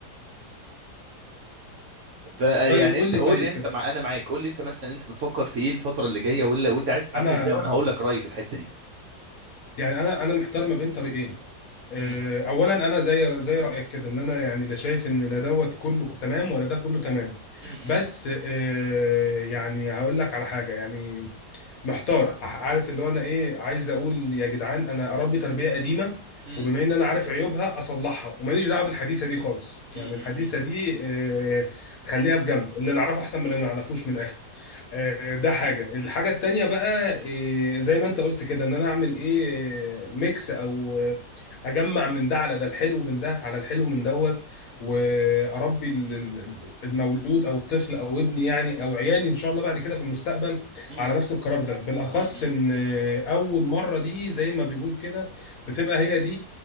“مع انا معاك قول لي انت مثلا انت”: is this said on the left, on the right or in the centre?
Right